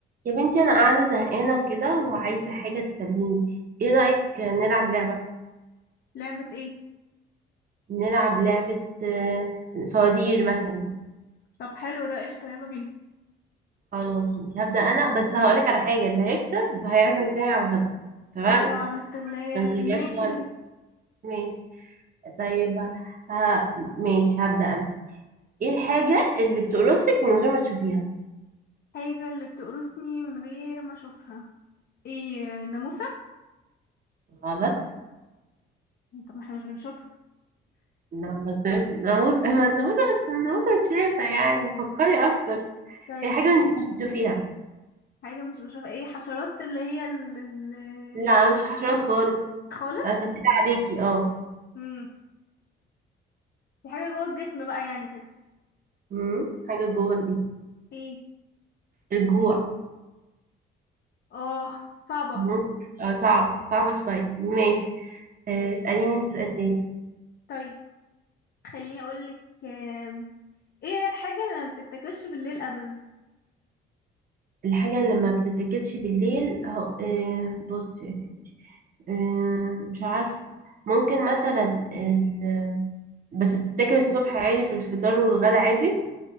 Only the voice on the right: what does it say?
يا بنتي انا قاعده زهقانه وكده وعايزه حاجه تسليني ايه رايك نلعب لعبه
نلعب لعبه آه، فوازير مثلا
خلاص مش هبدا انا بس هقولك على حاجه اللي هيكسب هيعزم التاني على الغدا اتفقنا
عشان ما ترجعش
ورا
ماشي طيب ها ماشي هبدا انا ايه الحاجه اللي بتقرصك من غير ما تشوفيها
غلط
لا بس بس ناموس ما الناموسه بس الناموسه متشافه يعني فكري اكتر
هي حاجه
انت مش بتشوفيها
لا مش حشرات خالص
اسهل عليكي اه
مم. حاجة جوه الجسم
الجوع
مم. اه صعب صعبة شوية ماشي آه، اسأليني انت سؤال تاني
الحاجة اللي ما بتتاكلش بالليل هو آه، بص يا ستي آه، مش عارفة ممكن مثلا ال... بس بتتاكل الصبح عادي في الفطار والغدا عادي